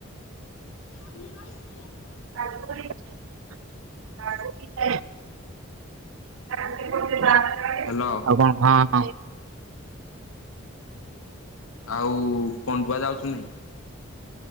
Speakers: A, on the left; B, on the right.
A: <inaudible>
B: <inaudible> <inaudible>
A: ହାଲୋ।
B: ଆଉ କଣ ହଁ ହଁ।
A: ଆଉ ପଣ୍ଡୁଆ ଯାଉଚୁ କି ନାଇଁ?